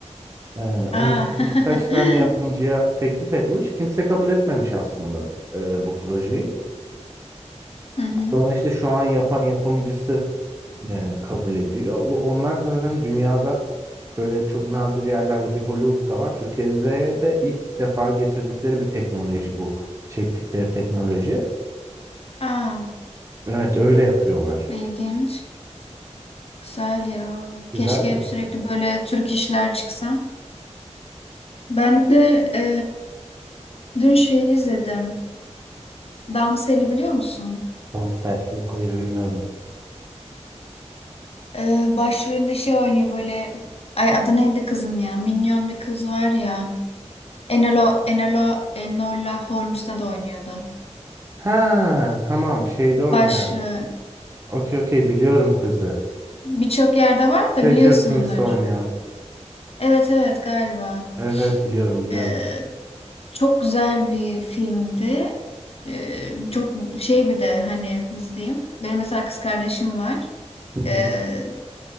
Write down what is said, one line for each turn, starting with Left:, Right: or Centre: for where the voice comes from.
Right: Ee, ondan
Left: Aa.
Right: sonra
Left: <laughs>
Right: birkaç tane yapımcıya teklif etmiş. Kimse kabul etmemiş aslında e, bu projeyi.
Left: Hı hı.
Right: Sonra işte şu an yapan yapımcısı e, kabul ediyor. Bu, onlar da zaten dünyada böyle çok nadir yerlerde bir Hollywood'da var. Türkiye'de de ilk defa getirdikleri bir teknoloji bu. Çektikleri teknoloji.
Left: Aa,
Right: Evet öyle yapıyorlar.
Left: ilginç. Güzel ya.
Right: Güzeldi
Left: Keşke hep
Right: bence
Left: sürekli
Right: de.
Left: böyle Türk işler çıksa. Ben de e, dün şey izledim. Damsel'i biliyor musun?
Right: Tamsel yok hayır bilmiyorum.
Left: E, başrolünde şey oynuyor böyle. Ay adı neydi kızın ya? Minyon bir kız var ya. Enola, Enola, Enola Holmes'te de oynuyordu.
Right: Ha tamam şeyde oynayan.
Left: Başlığı
Right: Okey okey biliyorum kızı.
Left: birçok yerde var da
Right: Stranger
Left: biliyorsundur.
Right: Things'te oynayan.
Left: Evet evet galiba.
Right: Evet evet biliyorum biliyorum.
Left: Ee, çok güzel bir filmdi. Ee, çok şey bir de hani nasıl diyeyim? Benim mesela kız kardeşim var.
Right: Hı
Left: Ee,
Right: hı.